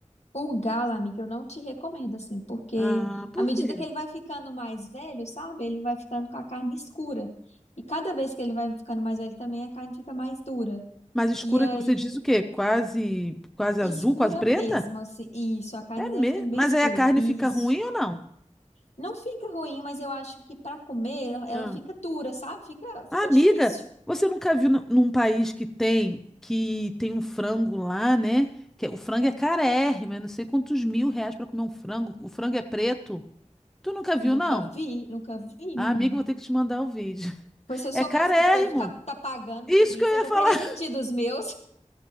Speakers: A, on the left (about 65°); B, in the centre.
A: O galo, amiga, eu não te recomendo, assim, porque
B: Ah, por
A: à medida
B: quê?
A: que ele vai ficando mais velho, sabe? Ele vai ficando com a carne escura. E cada vez que ele vai ficando mais velho também, a carne fica mais dura.
B: Mais escura
A: E aí,
B: que você diz o quê? Quase, quase azul,
A: escura
B: quase preta?
A: mesmo, assim. Isso, a carne
B: É
A: dele
B: mesmo.
A: vai ficando bem
B: Mas
A: escura.
B: aí a carne
A: Isso.
B: fica ruim ou não?
A: Não fica ruim, mas eu acho que pra comer ela, ela
B: Ah.
A: fica dura, sabe? Fica,
B: Ah,
A: fica
B: amiga,
A: difícil.
B: você nunca viu nu- num país que tem que tem um frango lá, né? Que é- o frango é carérrimo, é não sei quantos mil reais pra comer um frango. O frango é preto. Tu nunca viu,
A: Nunca
B: não?
A: vi, nunca vi,
B: Ah,
A: menina.
B: amiga, eu vou ter que te mandar o vídeo. <laughs>
A: Pois se eu soubesse
B: É carérrimo.
A: que o povo tá, tá pagando
B: Isso
A: por isso,
B: que eu ia
A: eu já
B: falar.
A: teria
B: <laughs>
A: vendido os meus.